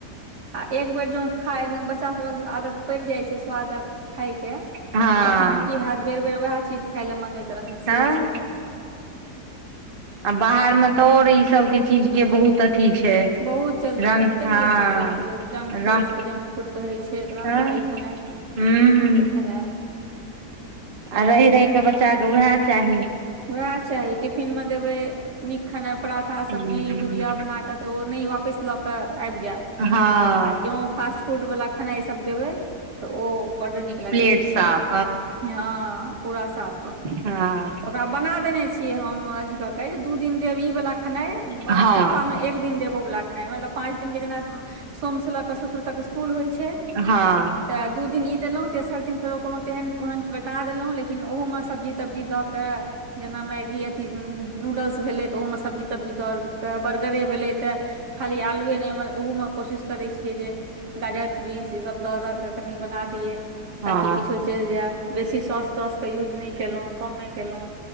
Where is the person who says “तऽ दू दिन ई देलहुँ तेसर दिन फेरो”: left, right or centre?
Right